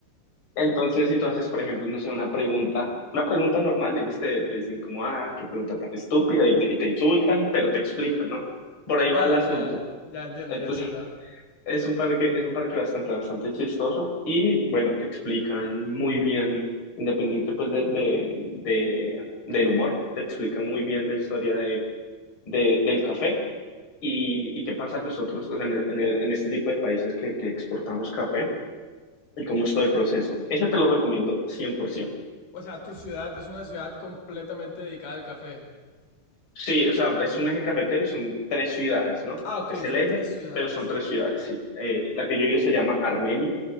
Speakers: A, on the left; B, on the left.
A: Entonces, si tú haces, por ejemplo, no sé, una pregunta, una pregunta normal, ellos te, te dicen como, ah, qué pregunta tan estúpida, y te, y te insultan, pero te explican, ¿no? Por ahí va
B: Ya,
A: el asunto.
B: ya. Ya entiendo,
A: Entonces,
B: ya entiendo.
A: <laughs> es un parque, es un parque bastante, bastante chistoso y, bueno, explican muy bien, independiente pues de, de, de- del humor, te explican muy bien la historia de, de- del café y, y qué pasa nosotros, o sea, en, en en este tipo de países que, que exportamos café y cómo es todo el proceso. Eso te lo recomiendo 100%.
B: O sea, tu ciudad es una ciudad completamente dedicada al café.
A: Sí, o sea, es un eje cafetero y son tres ciudades, ¿no?
B: Ah, ok,
A: Es el
B: son
A: eje,
B: tres ciudades.
A: pero son tres ciudades, sí. Eh, la que yo vivo se llama Armenia,